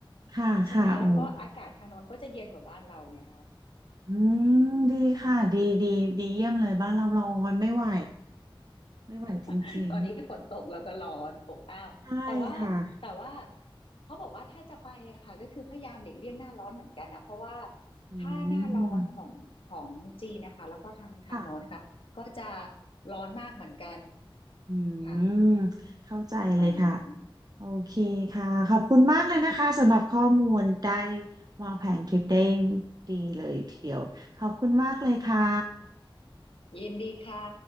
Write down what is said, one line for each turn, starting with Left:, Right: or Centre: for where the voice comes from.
Right: ค่ะค่ะโอ้
Left: ใช่ไหมแล้วก็อากาศทางโน้นก็จะเย็นกว่าบ้านเราไงคะ
Right: อืมดีค่ะดีดีดีเยี่ยมเลยบ้านเราร้อนไม่ไหวไม่ไหวจริง
Left: <laughs> ตอนนี้ฝนตกแล้วก็ร้อนอบอ้าวแต่ว่าแต่ว่า
Right: ๆใช่ค่ะ
Left: เขาบอกว่าถ้าจะไปอะค่ะก็คือพยายามหลีกเลี่ยงหน้าร้อนเหมือนกันนะเพราะว่า
Right: อืม
Left: ถ้าหน้าร้อนของของจีนนะคะแล้วก็ทางทางโน้นนะคะก็จะ
Right: ค่ะค่ะ
Left: ร้อนมากเหมือนกัน
Right: อืม
Left: ค่ะ
Right: เข้าใจเลยค่ะ
Left: ประมาณนั้น
Right: โอเคค่ะขอบคุณมากเลยนะคะสำหรับข้อมูลได้วางแผนทริปได้ดีเลยทีเดียวขอบคุณมากเลยค่ะ
Left: ยินดีค่ะ